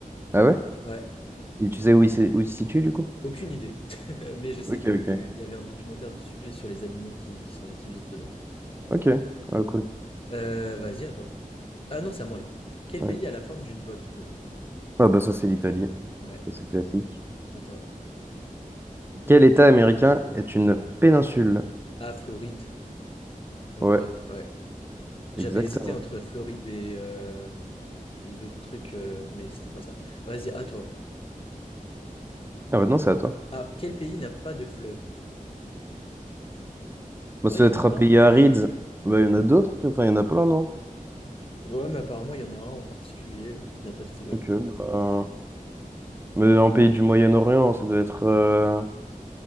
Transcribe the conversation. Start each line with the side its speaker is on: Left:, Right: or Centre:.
Right: Ah ouais?
Left: Ouais,
Right: Et tu sais où il, s'est- où il se situe du coup?
Left: aucune idée. <laughs> Mais je sais
Right: Ok,
Left: qu'il
Right: ok.
Left: y avait un documentaire dessus et sur les animaux qui, qui sont, qui vivent dedans.
Right: Ok, ah, cool.
Left: Euh, vas-y, à toi. Ah non, c'est à moi là. Quel
Right: Ouais.
Left: pays a la forme d'une botte? Bon,
Right: Ah bah ça c'est l'Italie,
Left: ouais,
Right: ça c'est classique.
Left: à toi.
Right: Quel État américain est une péninsule?
Left: Ah, Floride, en
Right: Ouais,
Left: vrai, ouais. J'avais
Right: exactement.
Left: hésité entre Floride et, euh, et l'autre truc, euh, mais c'était pas ça. Vas-y, à toi.
Right: Ah bah non, c'est à toi.
Left: Ah, quel pays n'a pas de fleuve?
Right: Bah,
Left: En
Right: ça
Left: vrai, il y
Right: doit être
Left: en a plein,
Right: un pays
Left: non?
Right: aride.
Left: Je sais pas.
Right: Bah il y en a d'autres, enfin il y en a plein, non?
Left: Ouais, mais apparemment, il y en a un en particulier qui n'a pas de fleuve.
Right: Ok, bah... Mais un pays du Moyen-Orient, ça doit être, euh,